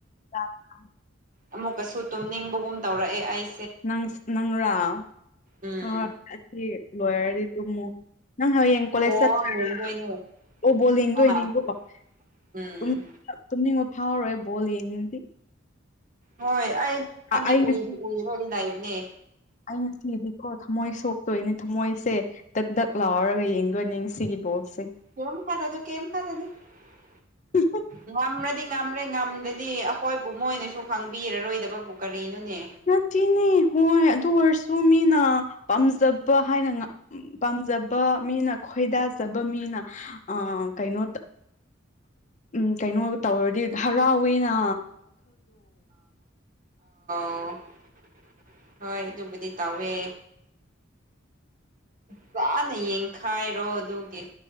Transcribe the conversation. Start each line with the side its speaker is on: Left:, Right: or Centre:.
Left: <unintelligible>
Right: ꯑꯃꯨꯛꯀꯁꯨ ꯇꯨꯝꯅꯤꯡꯕꯒꯨꯝ ꯇꯧꯔꯛꯑꯦ ꯑꯩ
Left: ꯅꯪ ꯅꯪꯔꯣ
Right: ꯎꯝ
Left: <unintelligible> ꯑꯁꯤ ꯂꯣꯏꯔꯗꯤ ꯇꯨꯝꯃꯨ ꯅꯪ ꯍꯌꯦꯡ꯫ ꯀꯣꯂꯦꯖ
Right: ꯑꯣ
Left: ꯆꯠꯇꯣꯏꯔꯣ
Right: ꯌꯦꯡꯗꯣꯏꯅꯦ
Left: ꯑꯣ ꯕꯣꯜ ꯌꯦꯡꯗꯣꯏꯅꯤꯀꯣ
Right: ꯑꯥ ꯎꯝ
Left: ꯫ ꯇꯨꯝꯅꯤꯡꯕ ꯐꯥꯎꯔꯣꯏ ꯕꯣꯜ ꯌꯦꯡꯅꯤꯡꯗꯦ꯫
Right: ꯍꯣꯏ ꯑꯩ <unintelligible>
Left: ꯑꯩ
Right: ꯎꯏꯗꯤ <unintelligible> ꯂꯩꯕꯅꯦ
Left: ꯑꯩꯅ ꯉꯁꯤꯗꯤꯀꯣ ꯊꯝꯃꯣꯏ ꯁꯣꯛꯇꯣꯏꯅꯦ ꯊꯝꯃꯣꯏꯁꯦ꯫ ꯗꯛ ꯗꯛ ꯂꯥꯎꯔꯒ ꯌꯦꯡꯗꯣꯏꯅꯤ ꯉꯁꯤꯒꯤ ꯕꯣꯜꯁꯦ꯫
Right: <unintelligible> <unintelligible> <unintelligible> <unintelligible> <unintelligible>
Left: <unintelligible>
Right: ꯉꯝꯂꯗꯤ ꯉꯝꯂꯦ ꯉꯝꯗ꯭ꯔꯗꯤ ꯑꯩꯈꯣꯏꯕꯨ ꯃꯣꯏꯅꯁꯨ ꯈꯪꯕꯤꯔꯔꯣꯏꯗꯕꯕꯨ ꯀꯔꯤꯅꯣꯅꯦ꯫
Left: ꯅꯠꯇꯦꯅꯦ ꯍꯣꯏ ꯑꯗꯨ ꯑꯣꯏꯔꯁꯨ ꯃꯤꯅ ꯄꯥꯝꯖꯕ ꯍꯥꯏꯅ ꯄꯥꯝꯖꯕ ꯃꯤꯅ ꯈꯣꯏꯗꯥꯖꯕ ꯃꯤꯅ ꯑꯥ ꯀꯩꯅꯣ ꯎꯝ ꯀꯩꯅꯣ ꯇꯧꯔꯗꯤ ꯍꯔꯥꯎꯋꯤꯅ
Right: <unintelligible> ꯍꯣꯏ ꯑꯗꯨꯕꯨꯗꯤ ꯇꯧꯋꯦ ꯐꯖꯅ ꯌꯦꯡꯈꯥꯏꯔꯣ ꯑꯗꯨꯒꯤ꯫